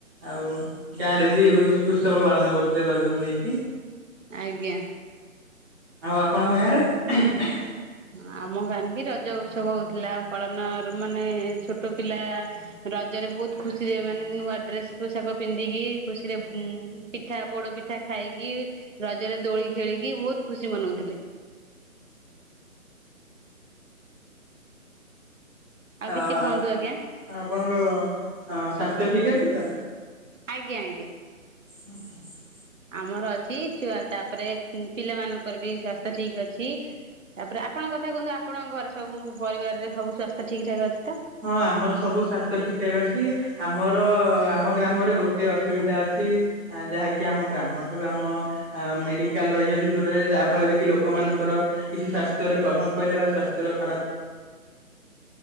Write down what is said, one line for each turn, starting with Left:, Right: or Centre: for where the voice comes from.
Centre: ଆଉ ଗାଁ ରେ ବି ଉତ୍ସବ ପାଳନ କରୁଥିଲେ ରଜକୁ ନେଇକି।
Right: ଆଜ୍ଞା।
Centre: ଆଉ ଆପଣ ଏଇୟ ରେ ହ <inaudible>
Right: ହଁ ଆମ ଗାଁରେ ବି ରଜ ଉତ୍ସବ ହେଉଥିଲା ପାଳନର ମାନେ ଛୋଟ ପିଲା ରଜରେ ବହୁତ ଖୁସିରେ ମାନେ ନୂଆ ଡ୍ରେସ୍ ପୋଷାକ ପିନ୍ଧିକି ଖୁସିରେ ପିଠା ପୋଡ଼ପିଠା ଖାଇକି ରଜ ରେ ଦୋଳି ଖେଳିକି ବହୁତ ଖୁସି ମନଉଥିଲେ ଆଉ
Centre: ହ
Right: କିଛି
Centre: ଆପଣଙ୍କ
Right: କୁହନ୍ତୁ ଆଜ୍ଞା।
Centre: ସ୍ୱାସ୍ଥ୍ୟ ଠିକ ଅଛି ତ
Right: ଆଜ୍ଞା ଆଜ୍ଞା।
Centre: ହ ହ <inaudible>
Right: ଆମର ଅଛିଆ ତାପରେ ପିଲାମାନଙ୍କୁ ଙ୍କ ବି ସ୍ୱାସ୍ଥ୍ୟ ଠିକ୍ ଅଛି ତାପରେ ଆପଣଙ୍କ କଥା କୁହନ୍ତୁ ଆପଣଙ୍କ ଘରେ ସବୁ ପରିବାରରେ ସବୁ ସ୍ୱାସ୍ଥ୍ୟ ଠିକ୍ ଠାକ୍ ଅଛି। ତ?
Centre: ହଁ ଆମର ସବୁ ସ୍ଵାସ୍ଥ୍ୟ ଠିକ ଠାକ୍ ଅଛି। ଆମର ଆମ ଗ୍ରାମରେ ଗୋଟେ ଅସୁବିଧା ଅଛି ଯାହାକି ଆମ ଗ୍ରାମଠାରୁ ଆମ ମେଡ଼ିକାଲ ରହିଯାଉଛି ଦୂରରେ ଯାହା ଫଳରେ କି ଲୋକମାନଙ୍କର
Right: ଆଜ୍ଞା।
Centre: କିଛି ସାସ୍ଥ ଖ <inaudible> ସୁବିଧା ଟିକେ ଠିକ